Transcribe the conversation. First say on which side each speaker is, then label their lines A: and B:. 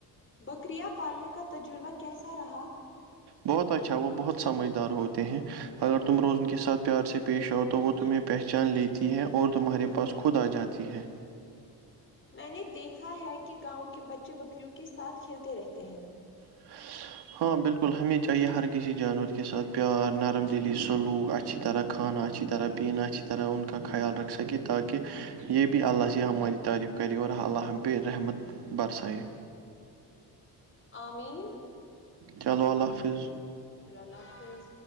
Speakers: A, on the left; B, on the right.
A: بکریاں پالنے کا تجربہ کیسا رہا
B: بہت اچھا وہ بہت سمجھدار ہوتے ہیں اگر تم روز ان کے ساتھ پیار سے پیش آؤ تو وہ تمہیں پہچان لیتی ہے اور تمہارے پاس خود آ جاتی ہے
A: میں نے دیکھا ہے کہ گاؤں کے بچے بکریوں کے ساتھ کھیلتے رہتے ہیں
B: ا ہاں بالکل ہمیش چاہیے ہر کسی جانور کے ساتھ پیار نرم دلی سلوک اچھی طرح کھانا اچھی طرح پینا اچھی طرح ان کا خیال رکھ سکے تاکہ یہ بھی اللہ سے ہماری تعریف کریور اللہحمب رحمت برسائی
A: آین
B: چلو اللہ حافظ
A: ص اللہ حافظ